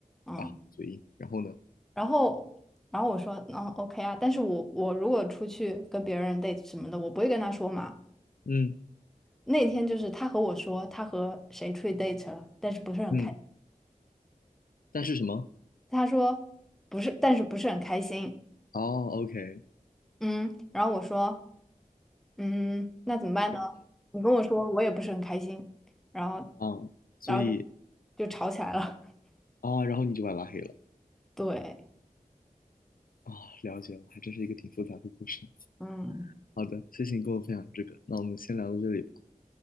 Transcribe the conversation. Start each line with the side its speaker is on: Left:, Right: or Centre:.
Centre: 嗯。
Left: 啊，嘴硬。然后呢？
Centre: 然后然后我说嗯，OK 啊，但是我我如果出去跟别人 date 什么的，我不会跟他说嘛。
Left: 嗯
Centre: 那天就是他和我说他和谁出去 date 了，但是不是很开，
Left: 嗯，但是什么？
Centre: 他说不是，但是不是很开心。
Left: 哦，OK，
Centre: 嗯，然后我说，嗯，那怎么办呢？你跟我说，我也不是很开心，然后，
Left: 啊，所以
Centre: 然后就就吵起来了。<laughs>
Left: 啊，然后你就把他拉黑了
Centre: 对，
Left: 啊，了解了，还真是一个挺复杂的故事。
Centre: 嗯，
Left: 好的，谢谢你跟我分享这个，那我们先聊到这里吧。